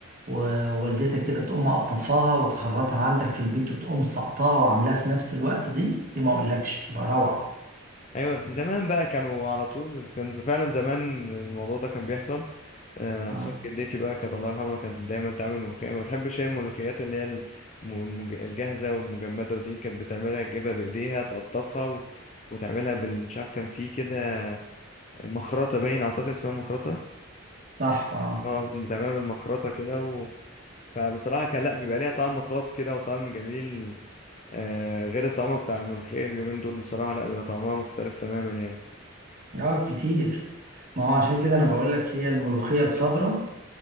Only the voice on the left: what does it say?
ايوه زمان بقى كانوا على طول كان فعلا زمان الموضوع ده كان بيحصل آه،
خصوصا جدتي بقى كانت الله يرحمها كانت دايما تعمل ملوخيه ما بتحبش هي الملوخيات اللي هي الم- المج- الجاهزه والمجمده ودي كانت بتعملها تجيبها بايديها تقطفها و- وتعملها بال مش عارف كان في كده مخرطه باين اعتقد اسمها مخرطه
اه بتعملها بالمخرطه كده و... فبصراحه كان لا بيبقى ليها طعم خاص كده وطعم جميل آه، غير الطعم بتاع الملوخيه اليومين دول بصراحه لا بيبقى طعمها مختلف تماما يعني